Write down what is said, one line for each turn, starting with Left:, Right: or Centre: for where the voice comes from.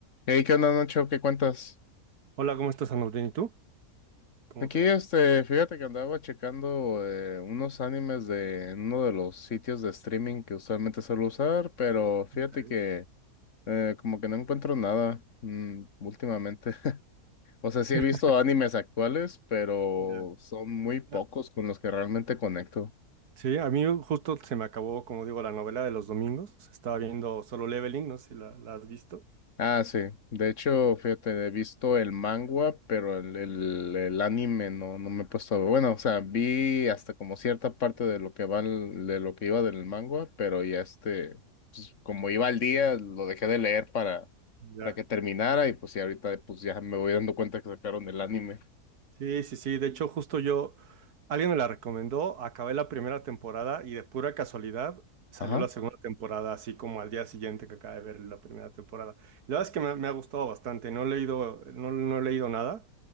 Left: Hey, ¿qué onda, Nacho? ¿Qué cuentas?
Right: Hola, ¿cómo estás, Andrés? ¿Bien? ¿Y tú? ¿Cómo
Left: Aquí,
Right: te va?
Left: este, fíjate que andaba checando eh, unos animes de en uno de los sitios de streaming que usualmente suelo usar, pero fíjate
Right: Ok,
Left: que eh, como que no encuentro nada mm, últimamente. <laughs> O sea, sí
Right: <laughs>
Left: he visto animes actuales, pero
Right: ya.
Left: son muy pocos
Right: Ah,
Left: con los que realmente conecto.
Right: Sí, a mí justo se me acabó, como digo, la novela de los domingos. Estaba viendo Solo Leveling, no sé si la, la has visto.
Left: Ah, sí. De hecho, fíjate, he visto el manga, pero el, el, el anime no, no me he puesto a ver. Bueno, o sea, vi hasta como cierta parte de lo que va el- de lo que iba del manga, pero ya este, pues, como iba al día, lo dejé de leer para,
Right: Ya.
Left: para que terminara, y pues y ahorita pues ya me voy dando cuenta que sacaron el anime.
Right: Sí, sí, sí. De hecho, justo yo, alguien me la recomendó, acabé la primera temporada y de pura casualidad salió
Left: Ajá.
Right: la segunda temporada, así como al día siguiente que acabé de ver la primera temporada. La verdad es que me, me ha gustado bastante. No he leído, no, no he leído nada,